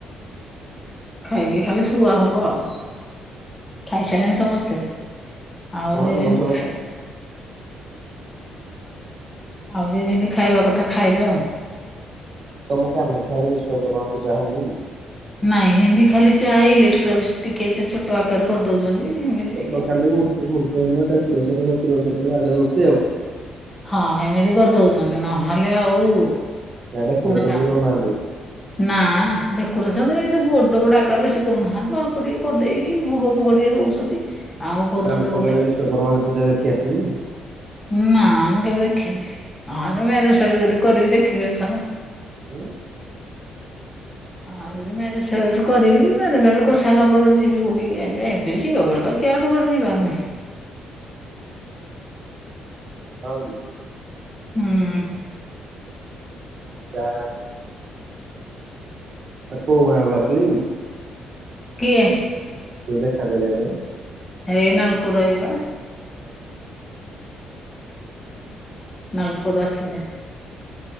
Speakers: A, on the left; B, on the right.
A: ଖାଇକି ଖାଲି ଶୁଆ ହବ ଆଉ। ଖାଇସାରିଲେଣି ସମସ୍ତେ? ଆଉ
B: ହଁ
A: ଦି
B: ଆମର
A: ଦିନି
B: ସବୁ ଖାଏ
A: ଆଉ ଦି ଦିନି ଖାଇବା କଥା ଖାଇବେ ଆଉ।
B: ତମ କାମାକ୍ଷା ରେ ବିଶ୍ଵକର୍ମାପୂଜା ହଉନି କି?
A: ନାଇଁ ହେନ୍ଦୀ ଖାଲି ଯାହା ଇଲେଟ୍ରିକ ଅଫିସ ରେ, ଟିକେ ଆ-ଛୋଟ ଆକାରରେ କରିଦଉଛନ୍ତି। ଏମିତି ଟିକେ
B: ଏପଟେ ଖାଲି ମୂର୍ତ୍ତୀ ଫୁର୍ତ୍ତି ଆଣି ଖାଲି ଡେକରେସନ୍, ଫେକରସନ୍ ଆଣି ବାଡ଼େଇ ଦେଉଛନ୍ତି ଆଉ।
A: ହଁ ହେମିତି କରିଦଉଛନ୍ତି ନହେଲେ ଆଉ
B: ନା ଡେକୋରେସନ୍
A: ପୁରା
B: ବି ଦଉନାହାନ୍ତି।
A: ନା ନା, ଡେକୋରେସନ ଏଇ ବଡ ବଡ ଆକାର ବେଶୀ କରୁନାହାନ୍ତି। ଅଳ୍ପ ଟିକେ କରି ଦେଇକି ଭୋଗ ଫୋଗ ପୁଡିଆ ଦଉଛନ୍ତି। ଆଉ କରୁଛନ୍ତି
B: ନାଲକୋ
A: ଗୋଟେ
B: କାଳେ ବିଶ୍ଵକର୍ମା ପୂଜା ଦେଖି ଆସିଛୁ।
A: ନା ମୁଁ କେବେ ଦେଖିନି। ଆ ମ୍ୟାରେଜ ପ୍ୟାରେଜ ଯୋଉଠି କରିବି ଦେଖିବି ଏଥର।
B: ଉଁ।
A: ହଉ ଯଦି ମ୍ୟାରେଜ ଫ୍ୟାରେଜ କରିବି। ମ୍ୟାରେଜ ଫେରଜ କରି ସାରିଲା ପରେ, ଯିବି ବୁଲିକି ଆଇବି ଆଉ। ଏବେ ଝିଅ ବେଳେ କିଆ କୁଆଡେ ଯିବାର ନାହିଁ।
B: ହଁ କି।
A: ହୁଁ।
B: ଯା ହଉ। ଆ କୋଉ ଗାଁ ରୁ ଆସି ବେକି?
A: କିଏ
B: ଯୋଉ ଦେଖା କରିବା ପାଇଁ?
A: ହେଇ ନାଲକୋ ରୁ ଆଇବେ ପା।
B: ଆ
A: ନାଲକୋ ରୁ ଆସିବେ।